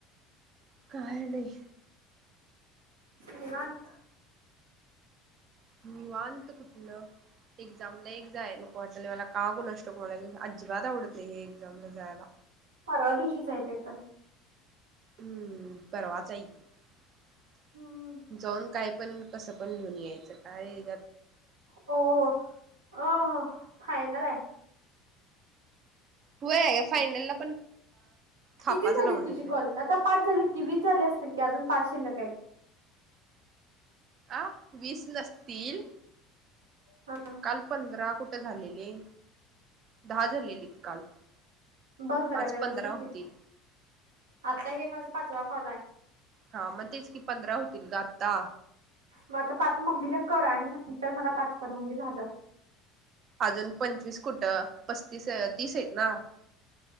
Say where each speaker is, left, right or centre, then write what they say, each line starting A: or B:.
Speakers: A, on the right; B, on the right.
A: काय नाही.
B: घत.
A: मी वानत कुठलं एक्झामला एक जा आहे नक वाटले मला कागू नष्टको मला अजिबात आवडत नाही एक्झामला जायला.
B: परवा दिवशीच आहे ते तर
A: हम्म परवाच आहेल
B: हम्म
A: जाऊन काय? पण कसं पण लिहून यायचं कायत.
B: हो हो फायनल आहे.
A: हो ग फायनलला. थापाच
B: किती झालीत
A: लावून
B: तुझी
A: येतोय.
B: कॉलिंग आता पाच झालीत की वीस झाले असतील की अजून पाच शिल्लक आहेत.
A: अ वीस नसतील.
B: हा.
A: काल पंधरा कुठं झालेले दहा झालेलेत काल.
B: बघ जरा
A: आज
B: व्यवस्थित
A: पंधरा होतील
B: आता हे माझा पाचवा कॉल आहे.
A: हा मग तेच की पंधरा होतील ग आत्ता
B: मग आता पाच मम्मीला कर आणि नंतर मला पाच कर म्हणजे झालं.
A: अजून पंचवीस कुठं पस्तीस तीस आहेत ना.